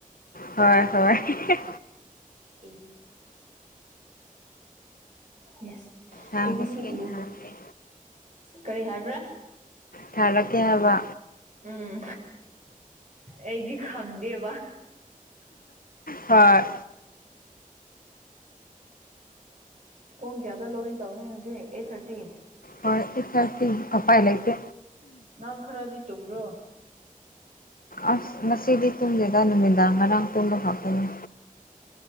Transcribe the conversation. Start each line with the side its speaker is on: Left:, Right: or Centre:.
Left: ꯍꯣꯏ ꯍꯣꯏ
Right: ꯎꯝ ꯌꯦꯁ
Left: ꯍ
Right: ꯑꯦ ꯕꯤ
Left: ꯍ
Right: ꯁꯤ
Left: ꯊꯦ
Right: ꯏꯌꯨ ꯀꯔꯤ ꯍꯥꯏꯕ꯭ꯔꯥ
Left: ꯊꯥꯔꯛꯀꯦ ꯍꯥꯏꯕ
Right: ꯎꯝ ꯑꯩꯗꯤ ꯈꯪꯗꯦꯕ
Left: ꯍꯣꯏ
Right: ꯄꯨꯡ ꯀꯌꯥꯗ ꯂꯣꯛ ꯏꯟ ꯇꯧꯍꯅꯤꯡꯉꯁꯤ ꯑꯩꯠ ꯊꯥꯔꯇꯤ
Left: ꯍ ꯏ ꯆ ꯉꯄꯥꯏ ꯂꯩꯇꯦ
Right: ꯅꯪ ꯈꯔꯗꯤ ꯇꯨꯝꯕ꯭ꯔꯣ
Left: ꯑꯁ ꯉꯁꯤꯗꯤ ꯇꯨꯝꯁꯤꯗ ꯅꯨꯃꯤꯗꯥꯡ ꯉꯔꯥꯡ ꯇꯨꯝꯕ ꯈꯥꯎꯀꯅꯤ